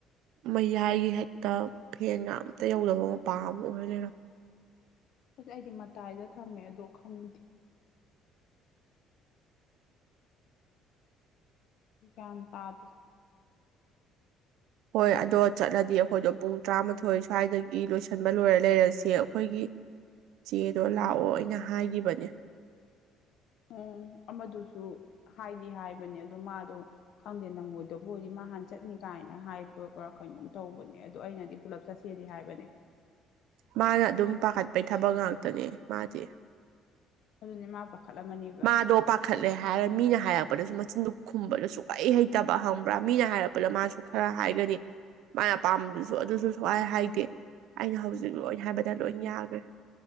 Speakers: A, on the right; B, on the left.
A: ꯃꯌꯥꯏꯒꯤ ꯍꯦꯛꯇ ꯐꯦꯟꯒ ꯑꯝꯇꯥ ꯌꯧꯗꯕ ꯃꯄꯥ ꯑꯃ ꯑꯣꯏꯔ ꯂꯩꯔꯝ
B: ꯑꯁ ꯑꯩꯗꯤ ꯃꯇꯥꯏꯗ ꯊꯝꯃꯦ ꯑꯗꯣ ꯈꯪꯗꯦ ꯒꯤꯌꯟ ꯇꯗꯦ
A: ꯍꯣꯏ ꯑꯗꯣ ꯆꯠꯂꯗꯤ ꯑꯩꯈꯣꯏꯗꯣ ꯄꯨꯡ ꯇꯔꯥꯃꯥꯊꯣꯏ ꯁ꯭ꯋꯥꯏꯗꯒꯤ ꯂꯣꯏꯁꯤꯟꯕ ꯂꯣꯏꯔ ꯂꯩꯔꯁꯦ ꯑꯩꯈꯣꯏꯒꯤ ꯆꯦꯗꯣ ꯂꯥꯛꯑꯣ ꯑꯩꯅ ꯍꯥꯏꯈꯤꯕꯅꯦ
B: ꯎꯝ ꯑꯃꯗꯨꯁꯨ ꯍꯥꯏꯗꯤ ꯍꯥꯏꯕꯅꯦ ꯑꯗꯨ ꯃꯥꯗꯣ ꯈꯪꯗꯦ ꯅꯪꯉꯣꯏꯗꯕꯨ ꯑꯣꯏꯗꯤ ꯃꯥꯍꯥꯟ ꯆꯠꯅꯤ ꯀꯥꯏꯅ ꯍꯥꯏꯕꯒꯥ ꯀꯩꯅꯣꯝ ꯇꯧꯕꯅꯦ ꯑꯗꯣ ꯑꯩꯅꯗꯤ ꯄꯨꯂꯞ ꯆꯠꯁꯤ ꯁꯤꯗꯤ ꯍꯥꯏꯕꯅꯦ
A: ꯃꯥꯅ ꯑꯗꯨꯝ ꯄꯥꯈꯠꯄꯩ ꯊꯕꯛ ꯉꯥꯛꯇꯅꯦ ꯃꯥꯗꯤ
B: ꯑꯗꯨꯅꯦ ꯃꯥ ꯄꯥ ꯈꯠꯂꯝꯃꯅꯤ
A: ꯃꯥꯗꯣ ꯄꯥꯛ ꯈꯠꯂꯦ ꯍꯥꯏꯔ ꯃꯤꯅ ꯍꯥꯏꯔꯛꯄꯗꯁꯨ ꯃꯆꯤꯟꯗꯣ ꯈꯨꯝꯕꯗꯣ ꯁꯨꯛꯍꯩ ꯍꯩꯇꯕ ꯍꯪꯕ꯭ꯔꯥ ꯃꯤꯅ ꯍꯥꯏꯔꯛꯄꯗ ꯃꯥꯁꯨ ꯈꯔ ꯍꯥꯏꯒꯅꯤ ꯃꯥꯢ ꯄꯥꯝꯕꯗꯨꯁꯨ ꯑꯗꯨꯁꯨ ꯁꯨꯛꯍꯥꯏ ꯍꯥꯏꯗꯦ ꯑꯩꯅ ꯍꯧꯖꯤꯛ ꯂꯣꯏ ꯍꯥꯏꯕꯗ ꯂꯣꯏꯟ ꯌꯥꯒ꯭ꯔꯦ